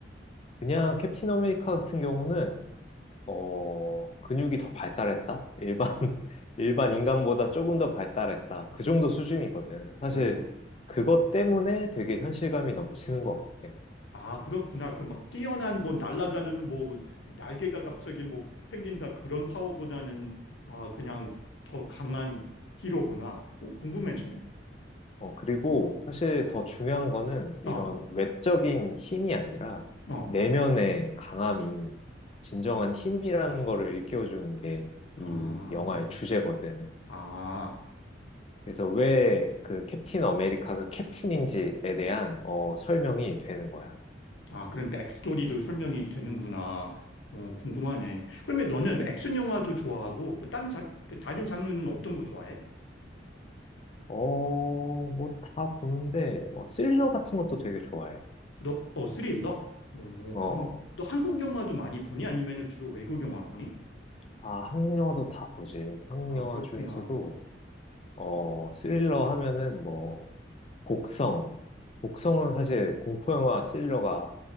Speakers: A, on the left (about 35°); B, on the left (about 80°).
A: 그냥 캡틴 아메리카 같은 경우는 어, 근육이 더 발달했다? 일반, <laughs> 일반 인간보다 조금 더 발달했다. 그 정도 수준이거든. 사실,
B: 어,
A: 그것 때문에 되게 현실감이 넘치는 것 같아요.
B: 아, 그렇구나. 그럼 막 뛰어난 뭐 날아가는 뭐, 뭐 날개가 갑자기 뭐 생긴다 그런 파워보다는 아, 그냥 더 강한 히로구나. 어, 궁금해지네.
A: 어, 그리고 사실 더 중요한 거는
B: 어,
A: 이런 외적인 힘이 아니라
B: 어,
A: 내면의 강함이 진정한 힘이라는 거를 일깨워주는 게
B: 아,
A: 이 영화의 주제거든.
B: 아,
A: 그래서 왜 그 캡틴 아메리카가 캡틴인지에 대한 어, 설명이 되는 거야.
B: 아, 그럼 백스토리도 설명이 되는구나. 어, 궁금하네. 그러면 너는 액션 영화도 좋아하고, 뭐 딴, 자, 그 다른 장르는 어떤 거 좋아해?
A: 어, 뭐 다 보는데, 어, 스릴러 같은 것도 되게 좋아해요.
B: 너, 어, 스릴러? 어,
A: 어,
B: 궁금해. 너 한국 영화도 많이 보니? 아니면 주로 외국 영화 보니?
A: 아, 한국 영화도 다 보지. 한국
B: 아,
A: 영화
B: 그렇구나.
A: 중에서도, 어, 스릴러 하면은 뭐, 곡성. 곡성은 사실 공포 영화 스릴러가